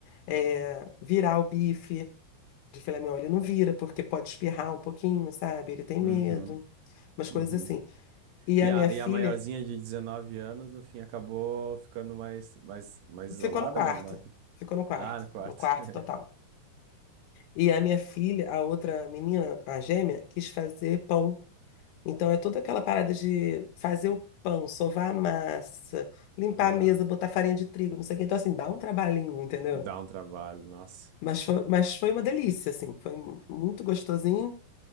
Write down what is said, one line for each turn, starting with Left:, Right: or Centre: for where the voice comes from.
Left: É, virar o bife de filé mignon, ele não vira, porque pode espirrar um pouquinho, sabe? Ele tem
Right: Uhum.
Left: medo, umas
Right: Uhum.
Left: coisas assim. E
Right: E
Left: a
Right: a,
Left: minha filha
Right: e a maiorzinha de 19 anos, no fim, acabou ficando mais, mais, mais isolada,
Left: ficou no quarto,
Right: não, não?
Left: ficou no quarto,
Right: Ah, no quarto.
Left: no quarto total.
Right: <laughs>
Left: E a minha filha, a outra menina, a gêmea, quis fazer pão Então é toda aquela parada de fazer o pão, sovar a massa, limpar
Right: Aham.
Left: a mesa, botar farinha de trigo, não sei o quê. Então, assim, dá um trabalhinho, entendeu?
Right: Dá um trabalho, nossa.
Left: Mas foi, mas foi uma delícia, assim, foi muito gostosinho.